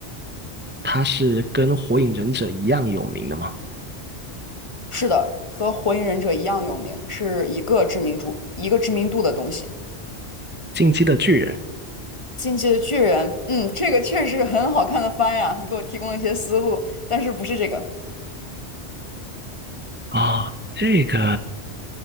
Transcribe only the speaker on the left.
是的，和火影忍者一样有名，是一个知名度一个知名度的东西。
进击的巨人，嗯，这个确实是很好看的番呀，你给我提供了一些思路，但是不是这个，